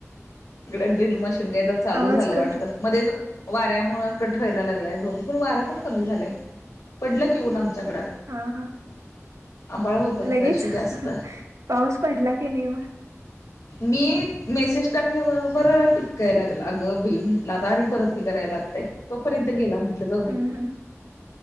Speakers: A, on the left; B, on the right.
A: इकडे ड्रिल मशीन काय तर चालू
B: आवाज
A: झालं
B: कट
A: वाटत. मध्येच वाऱ्यामुळे कठवायला लागलाय बहुतेक पण वारं पण कमी झालंय पडलं कि ऊन आम कड
B: हा हा
A: आंभाळ होत मगाशी
B: लगेच
A: जास्त
B: पाऊस पडला की नई.
A: मी मेसेज टाकल्याबरोबर टिपकायला लाग अगं बई म्हटलं आता आणि परत हे करायला लागतय. तोपर्यंत गेला म्हटलं जाऊ दे
B: हम्म हम्म